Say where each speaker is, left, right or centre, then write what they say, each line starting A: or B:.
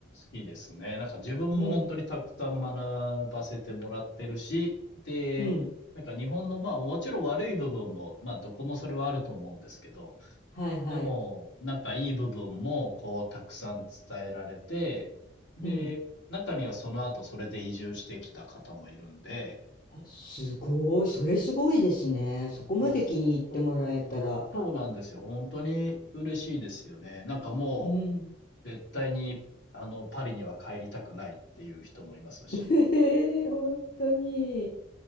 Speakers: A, on the left; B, on the left.
A: きですね。なんか自分も本当にたくさん学ばせてもらってるし、
B: ーい。うん。
A: で、
B: うん。
A: なんか日本の、まあもちろん悪い部分も、まあどこもそれはあると思うんですけど、
B: はいはい。
A: でも、なんかいい部分もこうたくさん伝えられて、で、
B: うん。
A: 中にはその後それで移住してきた方もいるんで、
B: あ、すごい。それすごいですね。そこまで気に入ってもらえたら。
A: なんです。うん、そうなんですよ。本当に嬉しいですよね。なんかも
B: うん。
A: う、絶対に、あの、パリには帰りたくないっていう人もいますし、
B: <laughs> ええ、本当に。